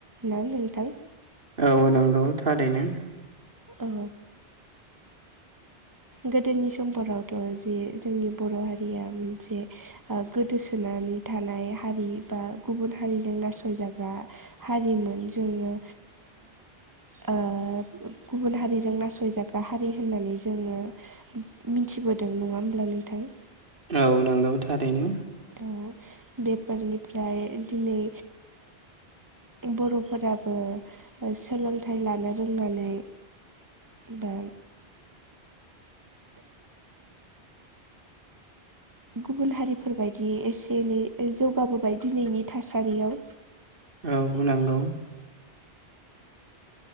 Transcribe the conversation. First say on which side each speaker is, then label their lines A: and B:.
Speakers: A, on the right (about 20°); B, on the right (about 55°).
A: ना नोंथां
B: औ नंगौ थारैनो
A: औ गोदोनि समफोरावथ' जे जोंनि बर' हारिया मोनसे गोदोसोनानै थानाय हारि बा गुबुन हारिजों नासय जाग्रा हारिमोन जोङो ओ गुबुन हारिजों नासयजाग्रा हारि होननानै जोङो मिथिबोदों नङा होमब्ला नोंथां
B: औ नंगौ थारैनो
A: औ बेफारिनिफ्राय दिनै बर'फोराबो सोलोंथाइ लानो रोंनानै दा गुबुन हारिफोरबायायदि एसे एनै जौगाबोबाय दिनैनि थासारियाव
B: औ नंगौ